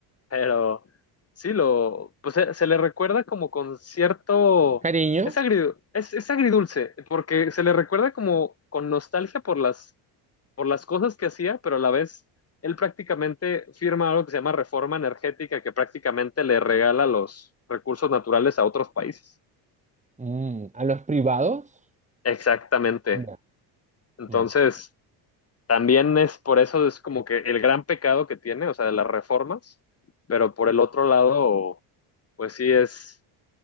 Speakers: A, on the left; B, on the right.
A: pero sí, lo, pues se, se le recuerda como con cierto...
B: Cariño,
A: Es, agridu es, es agridulce, porque se le recuerda como con nostalgia por las por las cosas que hacía, pero a la vez él prácticamente firma algo que se llama reforma energética, que prácticamente le regala los recursos naturales a otros países.
B: mm, a los privados.
A: Exactamente.
B: Ya.
A: Entonces,
B: mm.
A: también es por eso es como que el gran pecado que tiene, o sea, de las reformas, pero por el otro lado, pues sí es,